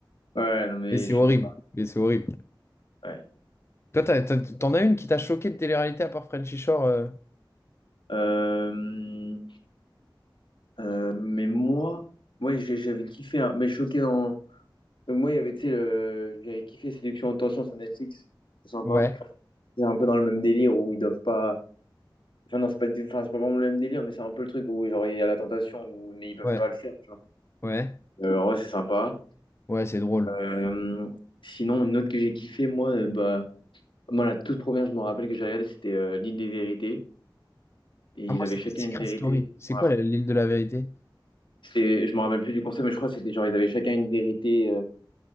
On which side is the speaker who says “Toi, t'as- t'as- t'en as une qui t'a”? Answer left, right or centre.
Left